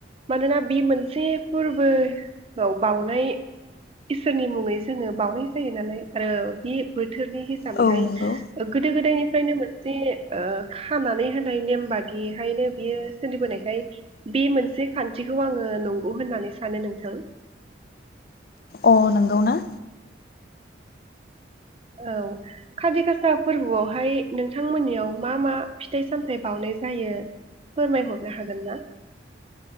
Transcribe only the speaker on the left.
औ नंगौ।
अ नोंगौ ना?